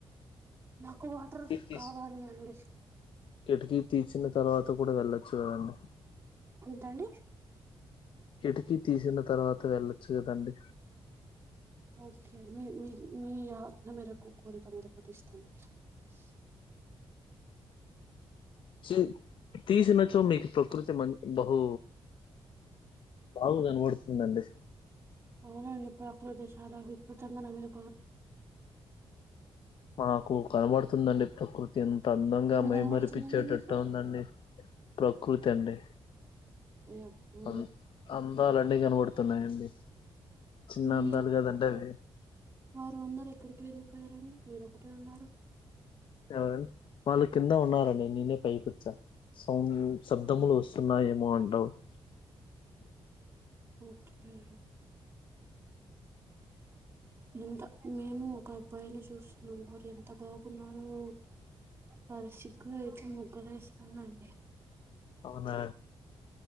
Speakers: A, on the right (about 25°); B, on the left (about 60°).
A: నాకు వాటర్ర్
B: తీసి
A: కావాలండి.
B: కిటికీ తీర్చిన తర్వాత కూడా వెళ్ళొచ్చు కాదండి
A: పుంతండి
B: కిటికీ తీసిన తర్వాత వెళ్ళొచ్చు కదండి
A: ఓకే మీ మీ మీ ఆజ్ఞ మేరకు కోరిక మేరకు తీస్తామండి. స
B: చీ తీసినచో మీకు ప్రకృతి మంచి బహు బాగు కనపడుతుందండి
A: అవునండి ప్రకృతి చాలా వికృతంగా నా మీదా
B: మాకు కనబడుతుందండి ప్రకృతి ఎంత అందంగా
A: ఏమి
B: మైమరిపచ్చేటట్టు
A: కనబడుతుందండి మీకు
B: ఉందండి. ప్రకృతి అండి.
A: అబ్బో
B: అం అందాలు అన్ని కనబడుతున్నాయండి చిన్న
A: మీ
B: అందాలు కదండి అవి
A: వారు అందరూ ఎక్కడికి వెళ్ళిపోయారని మీరొ ఒకటే ఉన్నారు
B: ఎవరం వాళ్ళు కింద ఉన్నారండి నేనే పైకి వోచ్చా సౌ శబ్దములు వస్తున్నాయి ఏమో డౌట్
A: ఓకే ఎంత మేము ఒక అబ్బాయిని చూసున్నాం వారు ఎంత బాగున్నారు వారి సిగ్గు అయితే ముగ్గురేస్తానండి
B: అవునా